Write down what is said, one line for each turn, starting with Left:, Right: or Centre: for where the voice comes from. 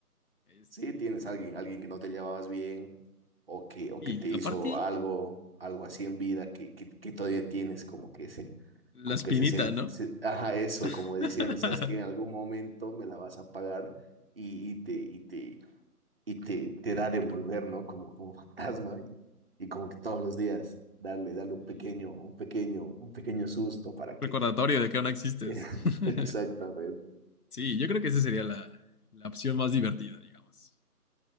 Left: Este,
Right: Si tienes alguien, alguien que no te llevabas bien o que,
Left: sí,
Right: o que te
Left: y
Right: hizo
Left: aparte,
Right: algo, algo así en vida que, que, que todavía tienes como que ese,
Left: la
Right: como
Left: espinita,
Right: que se siente,
Left: ¿no?
Right: se- ajá, eso,
Left: <laughs>
Right: como diciendo, sabes que en algún momento me la vas a pagar y, y te, y te, y te, te da de volver, ¿no? Como, como <laughs> fantasma y, y como que todos los días darle, darle
Left: Sí,
Right: un pequeño, un pequeño, un pequeño susto para que
Left: recordatorio de que aún no existes.
Right: <laughs> Exactamente.
Left: <laughs> Sí, yo creo que esa sería la, la opción más divertida, digamos.